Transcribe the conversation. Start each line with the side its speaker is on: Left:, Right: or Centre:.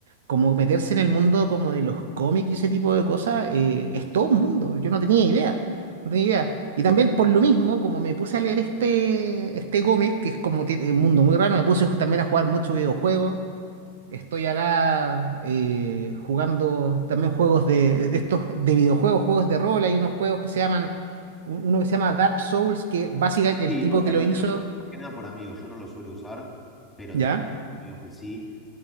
Right: como meterse en el mundo como de los cómics y ese tipo de cosas, eh, es todo un mundo, yo no tenía idea, no tenía idea. Y también por lo mismo, como me puse a leer este, este cómic, que es como tie- un mundo muy raro, me puse ju- también a jugar mucho videojuegos Estoy acá eh, jugando también juegos de, de estos de videojuegos, juegos de rol. Hay unos juegos que se llaman, un- uno que se llama Dark Souls, que básicamente
Centre: Sí,
Right: el tipo
Centre: o sea,
Right: que
Centre: lo
Right: lo hizo,
Centre: lo conozco más que nada por amigos. Yo no lo suelo usar, pero
Right: ¿ya?
Centre: tengo amigos que sí.